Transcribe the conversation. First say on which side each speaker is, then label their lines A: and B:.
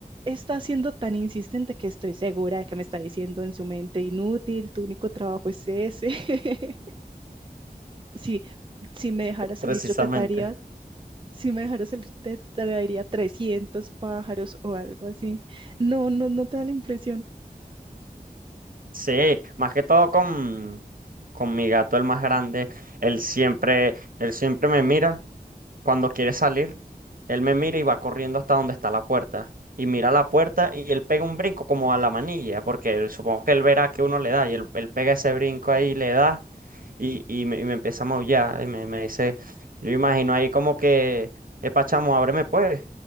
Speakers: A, on the right; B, on the right.
A: está siendo tan insistente que estoy segura de que me está diciendo en su mente, inútil, tu único trabajo es ese. <laughs> Si, si me dejara salir,
B: precisamente
A: yo te traería, si me dejara salir, te traería 300 pájaros o algo así. No, no, no te da la impresión.
B: Sí, más que todo con, con mi gato, el más grande, él siempre, él siempre me mira cuando quiere salir, él me mira y va corriendo hasta donde está la puerta. Y mira la puerta y él pega un brinco como a la manilla, porque él- supongo que él verá que uno le da y él, él pega ese brinco ahí, le da y, y, me, y me empieza a maullar y me, me dice, yo imagino ahí como que, epa chamo, ábreme pues,